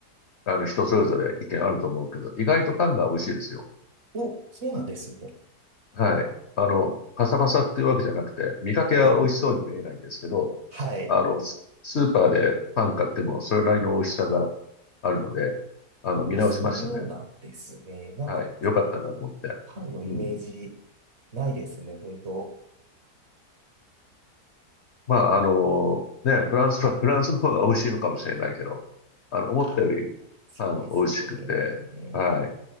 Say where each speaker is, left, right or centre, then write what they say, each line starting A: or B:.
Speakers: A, on the left; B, on the right.
A: あの、人それぞれ意見あると思うけど、意外とパンが美味しいですよ。
B: お、そうなんですね。
A: はい。あの、パサパサっていうわけじゃなくて、見かけは美味しそうに見えないんですけど、
B: はいはいはいはい。
A: あの、ススーパーでパン買ってもそれなりの美味しさがあるので、あの、見直しましたね。
B: あ、そうなんですね。なんか、
A: はい。よかったなと思って。
B: パンのイメージ
A: うん。
B: ないですね、本当。
A: まあ、
B: で、
A: あの、ね、フランスは、フランスの方が美味しいのかもしれないけど、あの、思ったよりパン美味しくて、
B: ああ、そうですね。
A: はい。